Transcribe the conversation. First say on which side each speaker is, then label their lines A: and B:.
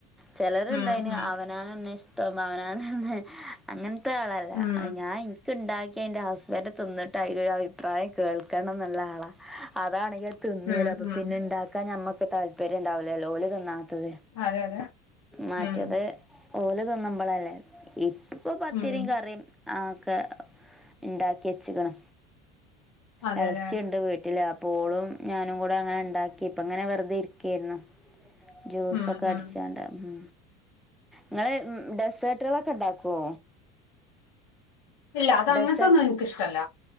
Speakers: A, in the centre; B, on the left (about 80°).
A: ചലരുണ്ടായിന്
B: ഉം ഉം
A: അവനാണന്നെ ഇഷ്ടം അവനാണന്നെ അങ്ങനത്തെ ആളല്ല
B: ഉം
A: ഞാൻ ക്ക് ണ്ടാക്കി അയ്ന്റെ ഹസ്ബന്റ് തിന്നിട്ട് അയ്ലൊരു അഭിപ്രായം കേൾക്കണം ന്നുള്ള ആളാ അതാണെങ്കി തിന്നൂല
B: ഉം
A: അപ്പൊ
B: ഉം
A: പിന്നെ ണ്ടാക്കാ ഞമ്മക്ക് താൽ പര്യം ണ്ടാവുലല്ലോ ഓല് തിന്നാത്തത്
B: അതെ അതെ
A: മറ്റത്
B: ഉം
A: ഓല് തോന്നുമ്പളല്ലേ ഇപ് ഇപ്പൊ പത്തിരിം
B: ഉം
A: കറിം ആ ഒക്കെ ണ്ടാക്കിച്ച്ക്ക്ണ്
B: അതെല്ലേ
A: എളച്ചിണ്ട് വീട്ടില് അപ്പൊ ഓളും ഞാനും കൂടെ അങ്ങനെ ഉണ്ടാക്കി ഇപ്പങ്ങ നെ വെറുതെ ഇരിക്കേരുന്നു ജ്യൂസൊക്കെ
B: ഉം ഉം
A: അടിച്ചാണ്ടാർന്നു ങ്ങള് ഡെസേർട്ടുകളൊക്കെ ണ്ടാക്കുവോ.
B: ഇല്ല അത
A: ഡെസേർട്ട്
B: അങ്ങൻത്തൊന്നും എൻക്കിഷ്ടല്ല.